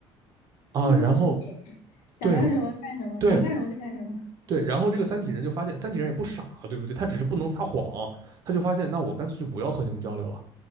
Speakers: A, on the right; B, on the left.
A: 啊，
B: 他们就只给
A: 然后
B: <laughs> 想要什么干什么，
A: 对对
B: 想干什么就干什么。
A: 对，然后这个三体人就发现，三体人也不傻，对不对？他只是不能撒谎，他就发现，那我干脆就不要和你们交流了。